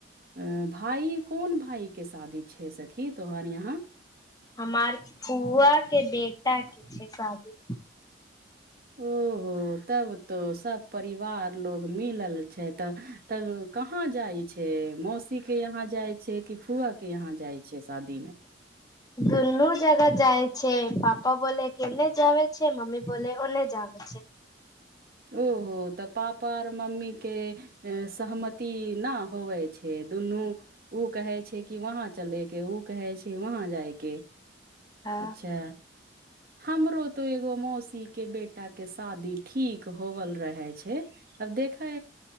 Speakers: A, on the right; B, on the left.
A: अ भाय कोन भाय के शादी छैय सखी तोहर यहाँ?
B: हमार फुआके बेटाके छैय शादी।
A: ओहो तब तो सब परिवार लोग मिलल छैय तऽ तब कहाँ जाइ छैय? मौसीके यहाँ जाइ छैय कि फुआके यहाँ जाइ छैय शादी मे।
B: दुनू जगह जाइ छैय पप्पा बोल केने जाए छैय मम्मी बोल ओने जाए छैय।
A: ओहो तऽ पापा आर मम्मी के सहमति न होवै छैय दुनू ओ कहै छैय कि वहाँ चलै के ओ कहै छैय वहाँ जायके।
B: हँ
A: अच्छा हमरो तो एगो मौसी के बेटा के शादी ठीक होबल रहै छैय अब देखै